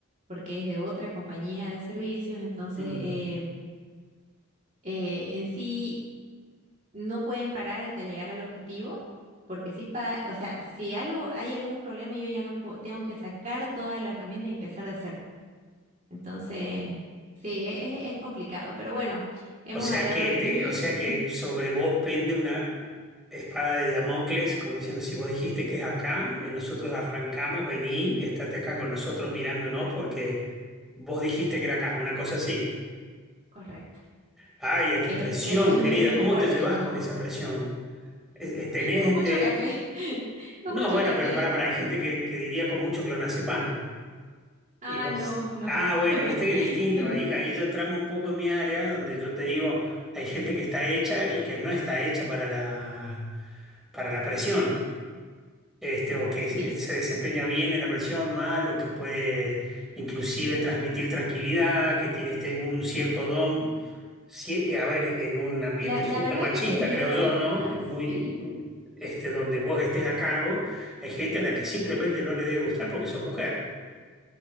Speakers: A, on the right; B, in the centre.
A: porque es de otra compañía de servicios, entonces
B: Mm,
A: eh, eh, en sí no pueden parar hasta llegar al objetivo, porque si, pa- o sea, si algo, hay algún problema, yo ya no puedo, tengo que sacar todas las herramientas y empezar de cero. Entonces, sí, e- es, es complicado, pero bueno, hemos
B: O sea
A: hablado
B: que
A: de
B: te,
A: mí,
B: o sea que sobre vos pende una espada de Damocles, como diciendo, si vos dijiste que es acá, eh, nosotros arrancamos, vení, estate acá con nosotros mirándonos porque vos dijiste que era acá, una cosa así.
A: correcto.
B: Ay, ay,
A: es
B: qué presión,
A: es- es-
B: querida,
A: es bien
B: ¿cómo
A: fuerte.
B: te llevas con esa presión? Eh, eh, Tenés,
A: Con mucho
B: te-
A: café, <laughs>
B: No,
A: con mucho
B: bueno,
A: café.
B: pero para, para, hay
A: eh.
B: gente que, que diría con mucho clonazepam.
A: Ah,
B: Y vos,
A: no, no.
B: ah, bueno,
A: <laughs>
B: viste que es distinto. Ahí, ahí ya entramos un poco en mi área donde yo te digo, hay gente que está hecha y que no está hecha para la, para la presión, este, o que
A: Sí,
B: se se desempeña bien en la presión, mal, o que puede inclusive transmitir tranquilidad, que tiene este, un cierto don, sí a ver, en un ambiente
A: la,
B: súper
A: la verdad
B: machista,
A: que he tenido
B: creo yo, ¿no?
A: así.
B: Muy, este, donde vos estés a cargo, hay gente a la que simplemente no le debe gustar porque sos mujer.